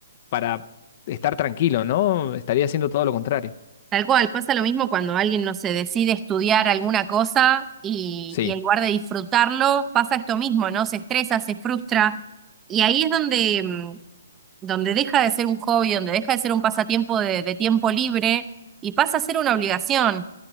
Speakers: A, on the left; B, on the right.
A: para estar tranquilo, ¿no? Estaría haciendo todo lo contrario.
B: Tal cual, pasa lo mismo cuando alguien no se decide estudiar alguna cosa y,
A: Sí,
B: y en lugar de disfrutarlo, pasa esto mismo, ¿no? Se estresa, se frustra. Y ahí es donde mm, donde deja de ser un hobby, donde deja de ser un pasatiempo de, de tiempo libre y pasa a ser una obligación.